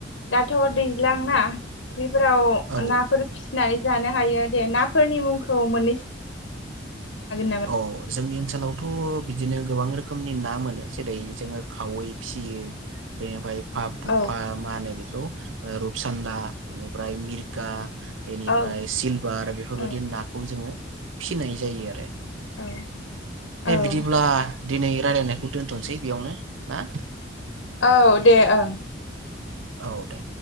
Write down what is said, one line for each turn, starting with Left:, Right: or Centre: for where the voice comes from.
Left: दाथ' दैज्लां ना फख्रि फोराव
Right: औ
Left: नाफोर फिसिनानै जानो हायो दे नाफोरनि मुंखौ मोननैसो हागोन नामा?
Right: औ स जोंनि ओनसोलावथ' बिदिनो गोबां रोखोमनि ना मोनो जेरै जोङो खावै फियो बेनिफ्राय <unintelligible>
Left: औ
Right: मा‌ होनो बे स रुपसान्दा इनिफ्राय मिरगा एनिफ्राय
Left: औ
Right: सिलभार बेफोरबायदि
Left: औ
Right: नाखौ जोङो फिनाय जायो आरो
Left: औ
Right: दे
Left: औ
Right: बिदिब्ला दिनै रायलायनायखौ दोनथनोसै बेयावनो ना
Left: औ दे ओं
Right: औ दे